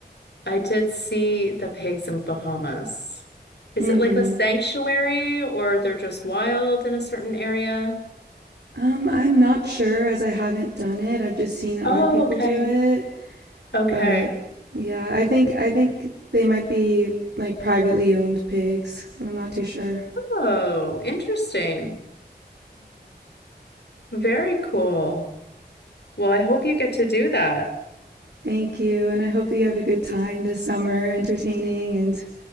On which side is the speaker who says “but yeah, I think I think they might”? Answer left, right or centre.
Right